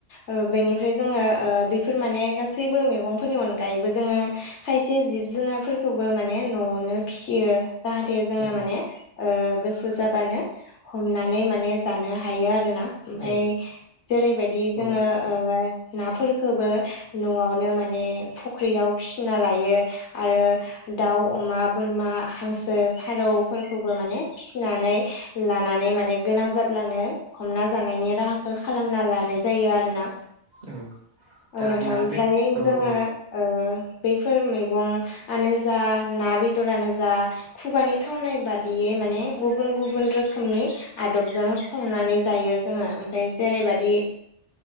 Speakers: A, on the left (about 80°); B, on the right (about 45°).
A: ओ बेनिफ्राय जोङो बेफोर माने गासैबो मैगंफोरनि अनगायैबो जोङो खायसे जिब जुनारफोरखौबो माने न'आवनो फिसियो जाहाथे
B: औ
A: जोङो माने ओ गोसो जाबानो हमनानै माने जानो हायो आरोना ओमफाय
B: औ
A: जेरैबायदि
B: औ
A: जोङो ओ नाफोरखोबो न'आवनो माने फख्रियाव फिसिना लायो आरो दाउ अमा बोरमा हांसो फारौफोरखौबो माने फिसिनानै लानानै माने गोनां जाब्लानो हमना जानायनि राहाखौ खालामना लानाय जायो आरोना
B: औ दाना
A: औ नोंथां ओमफ्राय
B: बे औ
A: जोङो
B: औ
A: ओ बैफोर मैगंआनो जा ना बेदरानो जा खुगानि थावनाय बादियै माने गुबुन गुबुन रोखोमनि आदबजों संनानै जायो जोङो ओमफाय जेरैबायदि